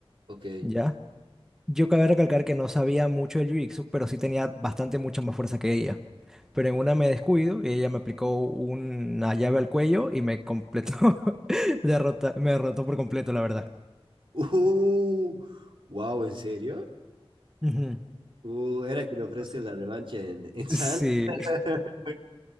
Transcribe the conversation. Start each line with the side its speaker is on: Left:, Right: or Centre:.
Right: ok.
Centre: ¿ya? Yo cabe recalcar que no sabía mucho del jiu-jitsu, pero sí tenía bastante mucha más fuerza que ella. Pero en una me descuido y ella me aplicó una llave al cuello y me completó, <laughs> derrota, me derrotó por completo, la verdad.
Right: Uh, wow, ¿en serio?
Centre: Ujú.
Right: Uh, era que le ofrezcas
Centre: Entonces,
Right: la revancha en, en San.
Centre: Sí,
Right: <laughs>